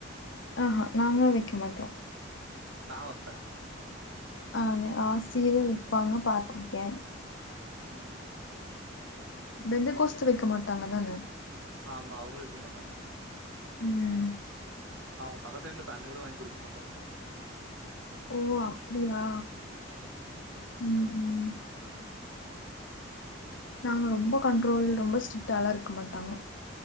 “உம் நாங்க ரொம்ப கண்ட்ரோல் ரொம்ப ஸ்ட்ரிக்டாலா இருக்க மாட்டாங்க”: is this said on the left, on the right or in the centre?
Left